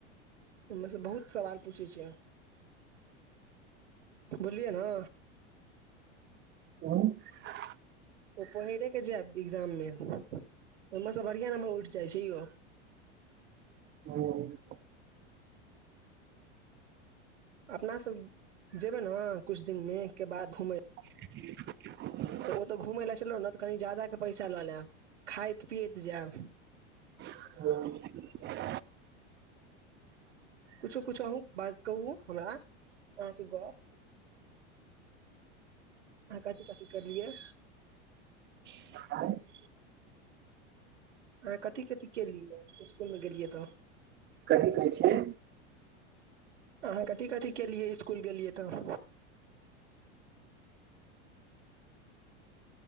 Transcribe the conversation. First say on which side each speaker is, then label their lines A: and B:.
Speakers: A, on the right (about 85°); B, on the right (about 30°).
A: ओमेसे बहुत सवाल पूछै छै। बुलियै ने।
B: अ
A: ओ पहिरे के जैएब एग्जाम मे ओमेसे बढ़िया नंबर उठि जाइ छै यौ
B: ह
A: अपना सब जेबै न कुछ दिन मे के बाद घूमै
B: ह <inaudible>
A: तऽ ओतऽ घुमय लए चलब न तऽ कनी जादा क पैसा लऽ लेब खाइत पियैत जाएब
B: <inaudible>
A: कुछो कुछो अहुँ बाज कहू हमरा अहाँके गप आहाँ कथी कथी केलिय
B: <inaudible>
A: अहाँ कथी कथी केलि इसकुल मे गेलियै तऽ
B: कथी कहै छियै
A: अहाँ कथी कथी केलियै इसकुल गेलियै तऽ